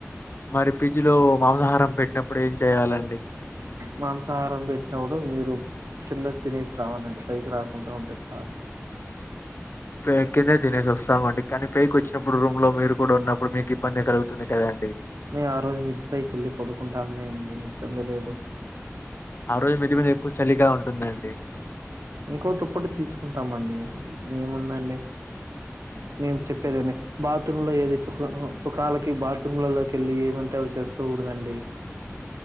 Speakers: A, on the left; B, on the right.
A: మరి ఫిడ్జ్ లో మాంసాహారం పెట్టినప్పుడు ఏం చెయాలండి
B: మాంసాహారం పెట్టినోడు మీరు కింద తినేసి రావాలండి పైకి రాకుండా ఉంటే చాలు
A: అంటే కిందే తినేసి వస్తామ్ అండి కానీ పైకి వచ్చినప్పుడు రూమ్ లో మీరు కూడా ఉన్నప్పుడు మీకు ఇబ్బంది కలుగుతుంది కదండి
B: మేము ఆ రోజు మిద్ధిపైకి వెళ్ళి పడుకుంటా లేండి ఇబ్బంది లేదు
A: ఆ రోజు మీద్ది మీద ఎక్కువ చలిగా ఉంటుందండి
B: ఇంకో తుప్పటి తీసుకుంటామండి ఏముందండి మేము చెప్పేదాని బాత్రూమ్ లో ఏది సుఖ సుఖాలకి బాత్రూమ్లలోకి వెళ్ళి ఏమంటే చేస్ చేయ్ కూడదండి